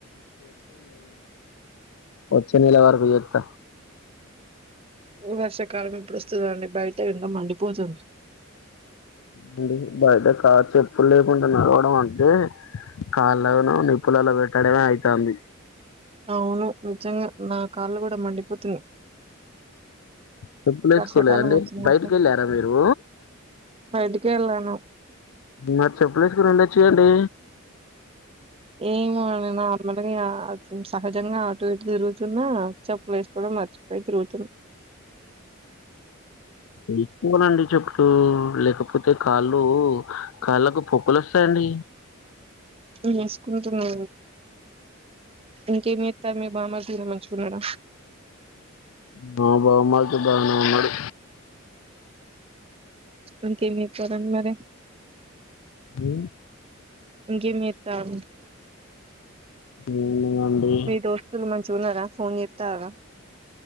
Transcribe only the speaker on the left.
వచ్చింది లవర్ పోయిత్త
డి బయట కా చెప్పులు లేకుండా నడవడం అంటే కాళ్ళను నిప్పులలో పెట్టడమే అయితాంది
చెప్పులేసు
కోలేదా అండి
బయటికి వెళ్ళారా మీరు
మరి చెప్పులేసుకని వెళ్ళొచ్చుగా అండి
వేసుకోవాలండి చెప్పులు లేకపోతే కాళ్ళు కాళ్ళకు పొక్కులు వస్తాయండి
మా బామర్ది బానే ఉన్నాడు
ఉ
ఏముందండి